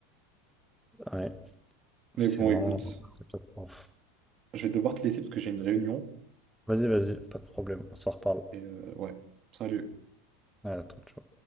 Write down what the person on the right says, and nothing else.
Mais
bon,
écoute,
je vais devoir te laisser parce que j'ai une réunion.
Et euh, ouais, salut.